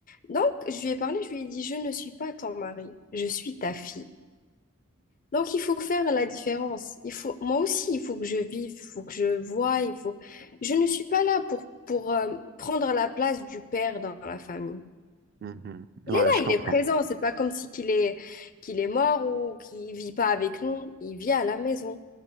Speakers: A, on the left; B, on the right.
A: Donc, je lui ai parlé, je lui ai dit, je ne suis pas ton mari, je suis ta fille. Donc, il faut faire la différence. Il faut, moi aussi, il faut que je vive, il faut que je voie, il faut. Je ne suis pas là pour, pour euh, prendre la place du père dans la famille.
B: Mhm.
A: Il
B: Ouais,
A: est là,
B: je comprends.
A: il est présent. C'est pas comme si qu'il est, qu'il est mort ou qu'il vit pas avec nous. Il vit à la maison.